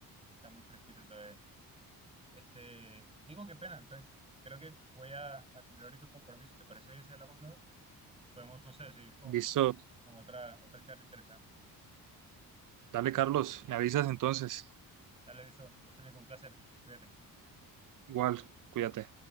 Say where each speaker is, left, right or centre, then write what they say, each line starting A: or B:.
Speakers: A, on the right; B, on the right.
A: está muy fresquito todavía. Este, digo, qué pena, entonces creo que voy a, a tener ahorita un compromiso. ¿Te parece bien si hablamos luego? Podemos, no sé, seguir con,
B: Listo.
A: con otra, otra charla interesante.
B: Dale, Carlos. Me avisas entonces.
A: Dale, eso, eso, Nico, un placer. Cuídate.
B: Igual, cuídate.